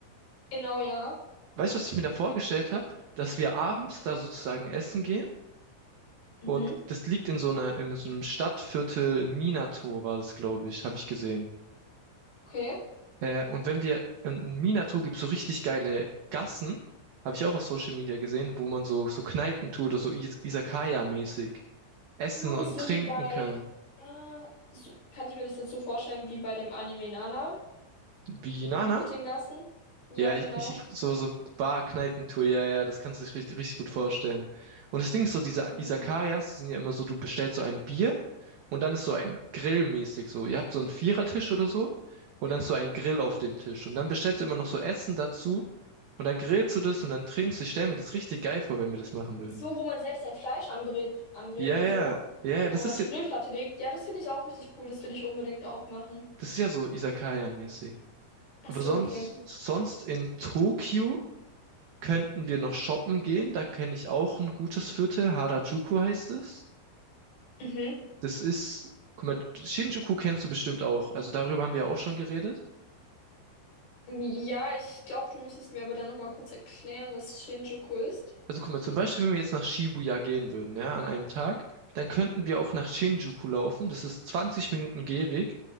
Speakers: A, on the left (about 50°); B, on the right (about 75°).
A: Genau, ja.
B: Weißt du, was ich mir da vorgestellt habe? Dass wir abends da sozusagen essen gehen
A: Mhm.
B: Und das liegt in so einer, in so einem Stadtviertel Minato war das, glaube ich, habe ich gesehen.
A: Okay.
B: Äh, und wenn wir in Minato gibt es so richtig geile Gassen, habe ich auch auf Social Media gesehen, wo man so, so Kneipen tut oder so Is Izakaya-mäßig essen
A: Ah,
B: und
A: so
B: trinken
A: wie bei,
B: kann.
A: ah, so, kann ich mir das jetzt so vorstellen, wie bei dem Anime Nana
B: Wie Nana?
A: mit den Gassen? Ja,
B: Ja,
A: genau.
B: ich, ich, ich- so, so Bar-Kneipentour, ja, ja, das kannst du dich richtig, richtig gut vorstellen. Und das Ding ist so, diese
A: Mhm.
B: Izakayas, die sind ja immer so, du bestellst so ein Bier und dann ist so ein Grill mäßig so. Ihr habt so einen Vierertisch oder so und dann ist so ein Grill auf dem Tisch. Und dann bestellst du immer noch so Essen dazu und dann grillst du das und dann trinkst du. Ich stell mir das richtig geil vor, wenn wir das machen würden.
A: So, wo man selbst sein Fleisch anbrät, anbrät
B: Ja,
A: und
B: ja,
A: so
B: ja,
A: und
B: ja, das ist
A: auf die
B: ja,
A: Grillplatte legt. Ja, das finde ich auch richtig cool, das will ich unbedingt auch machen.
B: das ist ja so Izakaya-mäßig.
A: Ach
B: Aber
A: so,
B: sonst,
A: okay.
B: sonst in Tokio. könnten wir noch shoppen gehen. Da kenne ich auch ein gutes Viertel. Harajuku heißt es.
A: Mhm.
B: Das ist, guck mal, Shinjuku kennst du bestimmt auch. Also darüber haben wir ja auch schon geredet.
A: Ja, ich glaube, du müsstest mir aber dann nochmal kurz erklären, was Shinjuku ist.
B: Also guck mal, zum Beispiel, wenn wir jetzt nach Shibuya gehen würden, ja, an einem Tag, dann könnten wir auch nach Shinjuku laufen. Das ist 20 Minuten Gehweg.